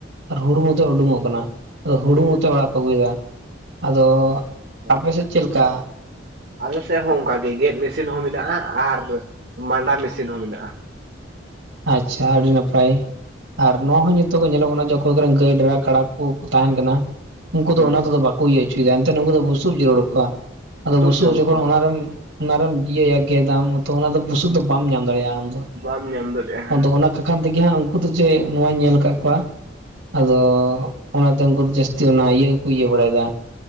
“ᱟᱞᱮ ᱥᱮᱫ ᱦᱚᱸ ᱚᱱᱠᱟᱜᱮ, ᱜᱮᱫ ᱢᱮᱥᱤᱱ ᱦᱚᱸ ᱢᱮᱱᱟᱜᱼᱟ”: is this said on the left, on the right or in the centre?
Right